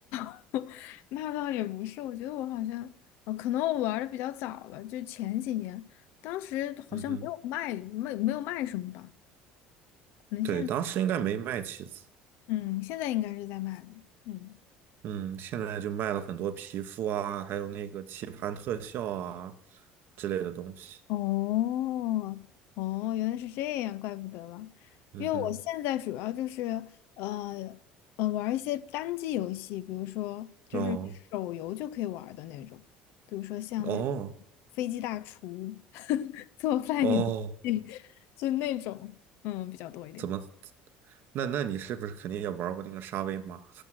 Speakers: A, on the left; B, on the right.
A: <laughs> 那倒也不是，我觉得我好像，呃，可能我玩的比较早了，就前几年，当时好像没有卖，
B: 嗯哼，
A: 没没有卖什么吧，可能现，
B: 对，当时应该没卖棋子，
A: 嗯，现在应该是在卖了，嗯。
B: 嗯，现在就卖了很多皮肤啊，还有那个棋盘特效啊之类的东西。
A: 哦哦，原来是这样，怪不得了。
B: 嗯哼。
A: 因为我现在主要就是呃呃玩一些单机游戏，比如说就是手游就可以玩儿的那种，
B: 哦，
A: 比如说像那
B: 哦
A: 飞机大厨 <laughs> 做饭游戏，
B: 哦，
A: 就那种嗯比较多一点。
B: 怎么？那那你是不是肯定也玩过那个沙威玛？